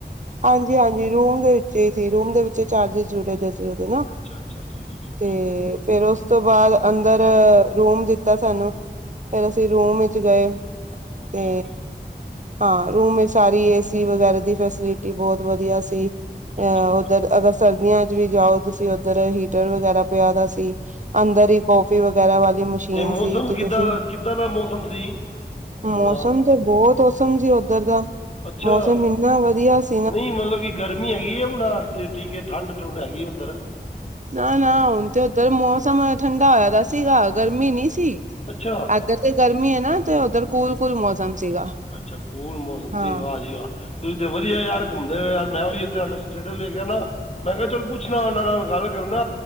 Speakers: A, on the right; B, on the left.
A: ਹਾਂਜੀ ਹਾਂਜੀ ਰੂਮ ਦੇ ਵਿਚੇ ਹੀ ਸੀ ਰੂਮ ਦੇ ਵਿਚੇ ਚਾਰਜਿਸ ਜੁੜੇ ਦੇ ਸ। ਫੇਰ ਦੇਨਾ
B: ਅੱਛਾ ਅੱਛਾ ਠੀਕ ਹੈ ਠੀਕ
A: ਤੇ! ਫੇਰ ਉਸ ਤੋਂ ਬਾਅਦ ਅੰਦਰ ਰੂਮ ਦਿੱਤਾ ਸਾਨੂੰ। ਫੇਰ ਅਸੀਂ ਰੂਮ ਇਚ ਗਏ।
B: ਓਕੇ
A: ਤੇ
B: ਓਕੇ
A: ਹਾਂ ਰੂਮ ਇ ਸਾਰੀ ਏਸੀ ਵਗੈਰਾ ਦੀ ਫੇਸਿਲਿ। ਟੀ ਬੋਹਤ ਵਧੀਆ ਸੀ ਐ
B: ਅੱਛਾ
A: ਅਹ ਉੱਧਰ ਅਗਸ। ਸਰਦੀਆਂ ਚ ਵੀ ਜਾਓ ਤੁਸੀਂ ਉੱਧਰ ਹੀਟਰ ਵਗੈਰਾ ਪਿਆ ਦਾ ਸੀ। ਅੰਦਰ
B: ਓਕੇ
A: ਹੀ ਕੌਫੀ ਵਗੈਰਾ ਵਾਲੀ ਮਸ਼ੀਨ
B: ਅਤੇ ਮੌਸਮ
A: ਸੀ ਕਿ ਤੁਸੀਂ।
B: ਕਿੱਦਾਂ ਦਾ ਕਿੱਦਾਂ ਦਾ ਮੌਸਮ ਸੀ ਆਪਣਾ
A: ਮੌਸਮ ਤੇ ਬਹੁਤ ਓਸਮ ਸੀ ਉੱਧਰ ਦਾ
B: ਅੱਛਾ
A: ਮੌਸਮ ਇੰਨਾ ਵਧੀਆ ਸ।
B: ਨਹੀਂ ਮਤਲਬ ਕਿ ਗਰਮੀ ਹੈਗੀ ਹੈ ਬਣਾ ਤੇ ਠੀਕ ਹੈ ਠੰਡ ਠੰਡ ਹੈਗੀ। ਹੈ ਉੱਧਰ
A: ਨਾ ਨਾ ਹੁਣ ਤੇ ਉੱਧਰ ਮੌਸਮ ਠੰਡਾ ਹੋਇਆ ਪਯਾ ਸੀਗਾ ਗਰਮੀ ਨਈ ਸੀ। ਇੱਧਰ
B: ਅੱਛਾ
A: ਤੇ ਗਰਮੀ ਹੈ ਨਾ ਤੇ ਉੱਧਰ ਕੂਲ ਕੂਲ ਮੌਸਮ ਸੀਗਾ।
B: ਅੱਛਾ ਕੂਲ ਮੌਸਮ
A: ਹਾਂ।
B: ਸੀ ਵਾਹ ਜੀ ਵਾਹ। ਤੁਸੀਂ ਤੇ ਵਧੀਆ ਯਾਰ ਘੁੰਮਦੇ ਹੋ ਯਾਰ ਮੈਂ ਵੀ ਇੱਥੇ ਤੂੰਹਾਡਾ ਸਟੇਟ ਵੇਖਿਆ ਨਾ। ਮੈਂ ਕਿਹਾ ਚਲ ਪੁੱਛਣਾ ਉਹਨਾਂ ਨਾਲ ਗੱਲ ਕਰਨਾ